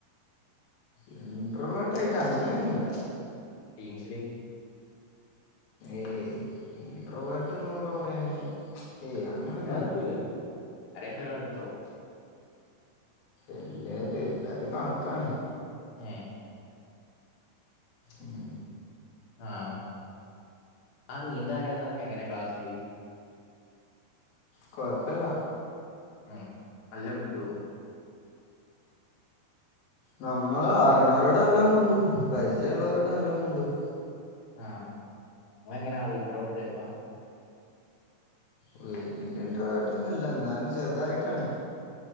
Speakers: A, on the left; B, on the left.
A: ഇന്റർവേർട്ട ആയിട്ട് അങ്ങനെയൊന്നുമല്ല
B: ീങ്സില
A: ഏയ് ഇന്റർവേർട്ട് എന്നൊക്കെ പറയാനേ ഏയ് അങ്ങനൊന്നും
B: ഇല്ലാതൊക്കെ
A: വരുല്ലോ
B: ഇല്ലല്ലോ ആരേലും ഒരാളുണ്ടാവും
A: എല്ലര എല്ലാരും കണക്കാണ്
B: ആ
A: ഉം
B: ആഹ ആ നീന്താ അറിയാത്ത നിനക്ക് എങ്ങനെയ ക്ലാസ്സിില്
A: കുഴപ്പമില്ല
B: ആ നല്ല മുണ്ടുവോ
A: നമ്മള് അറണവരോട എല്ലാം മുണ്ടും പരിചയമള്ളവരോട എല്ല മുണ്ടും
B: ആഹ മോനെ എങ്ങനാ ഇൻഡ്രോട് പോയപ്പോ
A: വല്യണ്ട്രായിട്ടൊന്നുംല്ല എന്നാലും ചെറുതായിട്ടാണ്